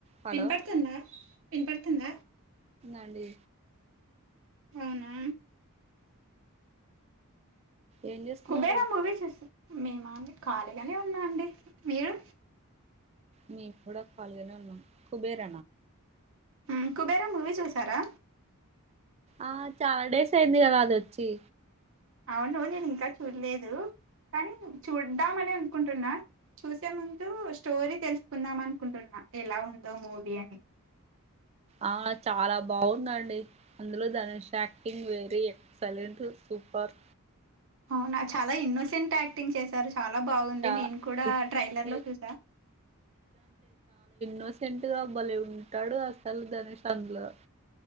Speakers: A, on the right; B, on the right.
A: Hello
B: విన్పడుతుందా విన్పడుతుందా
A: ండి
B: అవునా
A: ఏం చేస్తున్నారు
B: కుబేర మూవీ చూస్త మేమా ఖాళీగానే ఉన్నా అండి మీరు
A: నేను కూడా కాల్గానే ఉన్నాం కుబేర
B: ఆ కుబేర మూవీ చూసారా
A: ఆ చాలా డేస్ అయింది కదా అదిొచ్చి
B: అవును నేను ఇంకా చూడలేదు కానీ చూడదామ అని అనుకుంటున్నా చూసే ముందు స్టోరీ తెలుసుకుందాం అనుకుంటున్నా ఎలా ఉందో మూవీ అని
A: ఆ చాలా బాగుందండి అందులో ధనుష్ యాక్టింగ్ వెేరీ ఎక్సలెంట్ పర్
B: అవునా చాలా ఇన్నోసెంట్ యాక్టింగ్ చేశారు చాలా బాగుంది
A: చా
B: నేను కూడా
A: నిజంటే
B: ట్రైలర్లో చూసా
A: రీసెంట్గా బలే ఉంటాడు అసలు ధనుష్ అందులో